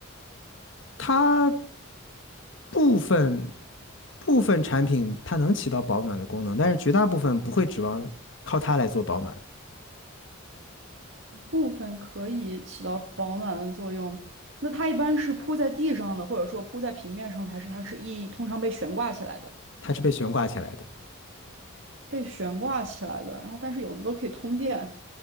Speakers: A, on the left; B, on the right.
A: 它部分部分产品它能起到保暖的功能，但是绝大部分不会指望靠它来做保暖，
B: 部分可以起到保暖的作用。那它一般是铺在地上的，或者说铺在平面上的，还是它是一通常被悬挂起来的？
A: 它是被悬挂起来的。
B: 被悬挂起来的，然后但是有的都可以通电。